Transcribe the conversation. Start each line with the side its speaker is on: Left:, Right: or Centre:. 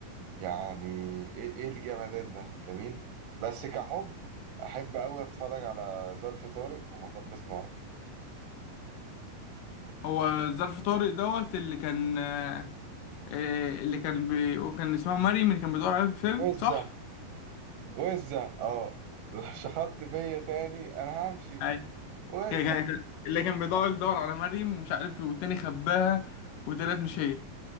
Right: يعني ايه, إيه الجمدان ده جميل بس كحب احب قوي اتفرج على ظرف طارق ومطب صناعي
Left: هو ظرف طارق دوت اللي كان آه، آه، اللي كان بي... كان اسمها مريم اللي كان بيدور عليها في الفيلم
Right: وزة
Left: صح
Right: وزة اه <laughs> شخطت فيا تاني انا همشي
Left: ايوه
Right: وزة
Left: كان- كان- اللي كان بيدور يدور على مريم ومش عارف ايه والتاني خباها وطلعت مش هي